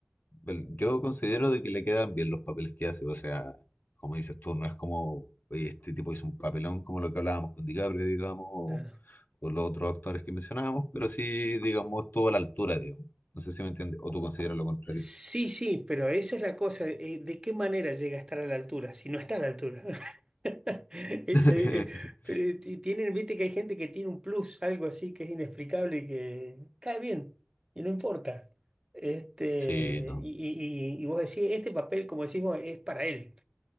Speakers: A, on the left; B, on the right.
A: el- yo considero de que le quedan bien los papeles que hace, o sea, como dices tú, no es como, oye, este tipo hizo un papelón como lo que hablábamos con DiCaprio, digamos, o,
B: Claro.
A: o los otros actores que mencionábamos, pero sí, digamos, estuvo a la altura, digamos. No sé si me entiendes, o tú consideras lo contrario.
B: Sí, sí, pero esa es la cosa, eh, ¿de qué manera llega a estar a la altura si no está a la altura? <laughs> Ese,
A: <laughs>
B: eh, pero eh, ti- tienen, viste que hay gente que tiene un plus, algo así que es inexplicable y que cae bien y no importa. Este,
A: Sí, no,
B: y, y- y- y vos decís, este papel, como decimos, es para él.